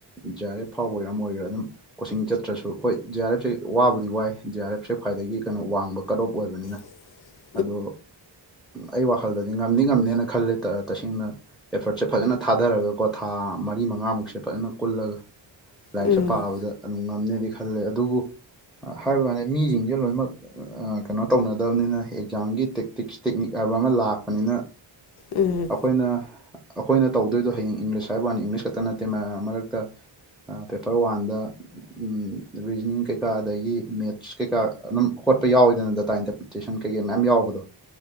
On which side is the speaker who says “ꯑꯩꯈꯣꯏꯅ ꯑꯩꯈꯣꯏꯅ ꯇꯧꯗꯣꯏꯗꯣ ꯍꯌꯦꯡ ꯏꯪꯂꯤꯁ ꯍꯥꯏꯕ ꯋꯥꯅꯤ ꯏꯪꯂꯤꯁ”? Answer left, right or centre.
Centre